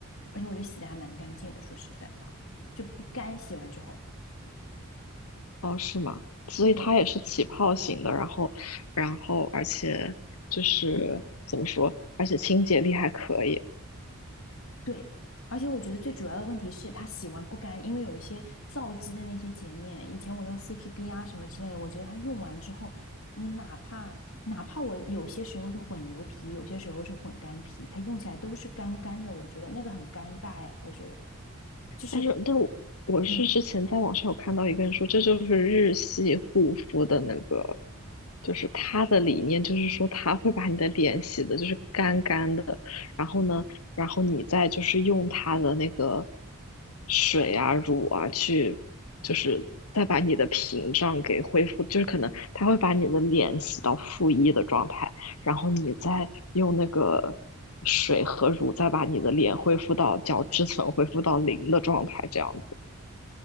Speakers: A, on the left (about 65°); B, on the left (about 80°).
A: 而且我觉得洗的还蛮干净的，说实在话，就不干洗完之后。
B: 哦，是吗？所以它也是起泡型的，
A: 对，
B: 然后然后而且就是怎么说，而且清洁力还可以。
A: 对，而且我觉得最主要的问题是它洗完不干，因为有一些皂基的那些洁面，以前我用 CPB 啊什么之类的，我觉得它用完之后，你哪怕哪怕我有些时候是混油皮，有些时候是混干皮，它用起来都是干干的，我觉得那个很尴尬哎，我觉得就是，
B: 但是，但我我是之前在网上有看到一个人说，
A: 嗯，
B: 这就是日系护肤的那个，就是他的理念就是说，他会把你的脸洗的就是干干的，然后呢，然后你再就是用他的那个水啊、乳啊去，就是再把你的屏障给恢复，就是可能他会把你的脸洗到负一的状态。然后你再用那个水和乳再把你的脸恢复到角质层恢复到零的状态，这样子。